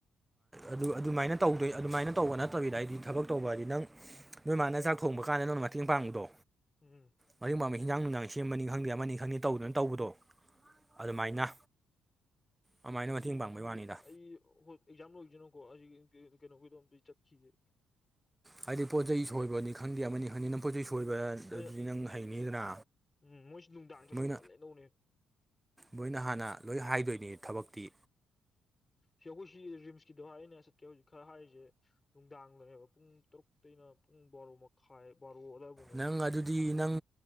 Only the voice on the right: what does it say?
ꯑꯗꯨ ꯑꯗꯨꯃꯥꯏꯅ ꯇꯧꯗꯣꯏ ꯑꯗꯨꯃꯥꯏꯅ ꯇꯧꯕ ꯅꯠꯇꯕꯤꯗ ꯍꯥꯏꯗꯤ ꯊꯕꯛ ꯇꯧꯕ ꯍꯥꯏꯗꯤ ꯅꯪ ꯅꯣꯏ ꯃꯥꯅ ꯆꯥꯛ ꯊꯣꯡꯕ ꯀꯥꯟꯗ ꯅꯣꯏꯅ ꯃꯇꯦꯡ ꯄꯥꯡꯕꯗꯣ
ꯃꯨꯝꯕ ꯍ ꯆꯥꯡ ꯅꯨꯡꯉꯏ ꯁꯦꯝ ꯑꯃꯅꯤꯅꯤ ꯈꯪꯗꯦ ꯑꯃꯅꯤ ꯈꯪꯗꯦ ꯇꯧꯗꯨꯅ ꯇꯧꯕꯗꯣ ꯑꯗꯨꯃꯥꯏꯅ ꯑꯗꯨꯃꯥꯏꯅ
ꯃꯇꯦꯡ ꯄꯥꯡꯕꯩ ꯋꯥꯅꯤꯗ
ꯍꯥꯏꯗꯤ ꯄꯣꯠꯆꯩ ꯁꯣꯏꯕꯅꯤ ꯈꯪꯗꯦ ꯑꯃꯅꯤ ꯈꯪꯗꯦꯅ ꯄꯣꯠꯆꯩ ꯁꯣꯏꯕ
ꯅꯪ ꯍꯥꯏꯅꯤꯗꯥ
ꯃꯣꯏ
ꯃꯣꯏꯅ ꯍꯥꯟꯅ ꯂꯣꯏ ꯍꯥꯏꯗꯣꯏꯅꯤ ꯊꯕꯛꯇꯤ
ꯅꯪ ꯑꯗꯨꯗꯤ ꯅꯪ